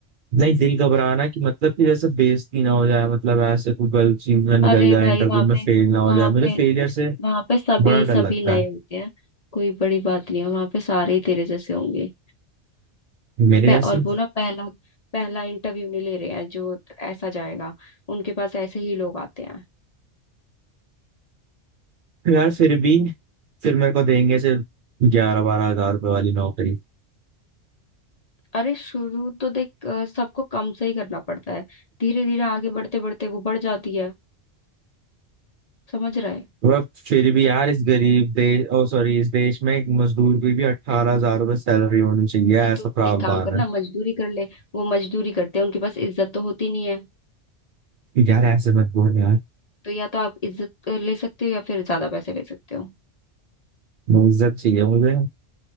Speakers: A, on the right; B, on the left.
A: नहीं दिल घबराना कि मतलब कि जैसे बेइज्जती ना हो जाए मतलब ऐसे कोई गलत चीज ना निकल
B: अरे
A: जाए
B: भाई
A: इंटरव्यू
B: वहाँ
A: में
B: पे
A: फेल ना हो
B: वहाँ
A: जाए मुझे
B: पे
A: फेलियर से
B: वहाँ पे सभी
A: बड़ा डर
B: सभी
A: लगता
B: नए
A: है
B: होते हैं कोई बड़ी बात नहीं है वहाँ पे सारे ही तेरे जैसे होंगे
A: मेरे
B: पे,
A: जैसे
B: और वो ना पहला पहला इंटरव्यू नहीं ले रहे हैं जो ऐसा जाएगा उनके पास ऐसे ही लोग आते हैं
A: यार फिर भी फिर मेरे को देंगे से ग्यारह बारह हजार रुपए वाली नौकरी
B: अरे शुरू तो देख अ, सबको कम से ही करना पड़ता है धीरे धीरे आगे बढ़ते बढ़ते वो बढ़ जाती है समझ रहा है
A: वह फिर भी यार इस गरीब देश ओ सॉरी इस देश में एक मजदूर की भी अट्ठारह हजार रुपए सैलरी होनी चाहिए ऐसा
B: तो तू
A: प्रावधान
B: एक काम करना
A: है
B: मजदूरी कर ले वो मजदूरी करते हैं उनके पास इज्जत तो होती नहीं है
A: यार ऐसे मत बोल यार,
B: तो या तो आप इज्जत अ, ले सकते हो या फिर ज्यादा पैसे ले सकते हो
A: इज्जत चाहिए मुझे